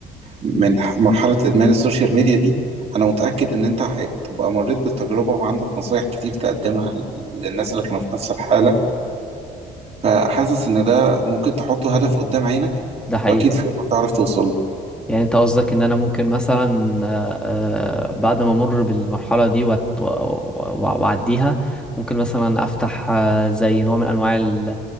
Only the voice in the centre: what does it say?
ده حقيقي
يعني انت قصدك ان انا ممكن مثلا آه، آه، بعد ما امر بالمرحله دي وأت- و- و- واعديها ممكن مثلا افتح آه، زي نوع من انواع ال-